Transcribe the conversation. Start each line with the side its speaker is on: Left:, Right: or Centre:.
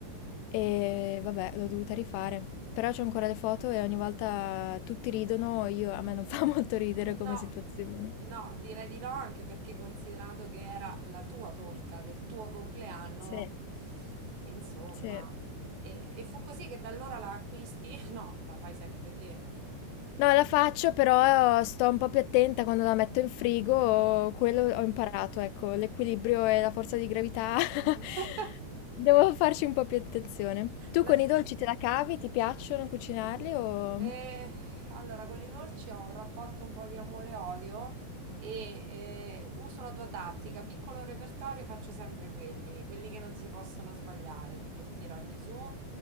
Left: e vabbè, l'ho dovuta rifare. Però c'ho ancora le foto e ogni volta tutti ridono, io, a me non <laughs> fa molto ridere come
Right: No,
Left: situazione.
Right: no, direi di no, anche perché considerando che era la tua torta del tuo compleanno,
Left: Sì,
Right: insomma,
Left: sì.
Right: e, e fu così che da allora la acquisti? <laughs> No, la fai sempre te.
Left: No, la faccio, però sto un po' più attenta quando la metto in frigo, quello ho imparato, ecco, l'equilibrio e la forza di gravità. <laughs>
Right: <laughs>
Left: Devo farci un po' più attenzione. Tu
Right: La
Left: con
Right: fai.
Left: i dolci te la cavi? Ti piacciono cucinarli o...
Right: Eh, allora, con i dolci ho un rapporto un po' di amore-odio e odio e eh, uso la tua tattica. Piccolo repertorio faccio sempre quelli, quelli che non si possono sbagliare, tipo il tiramisù,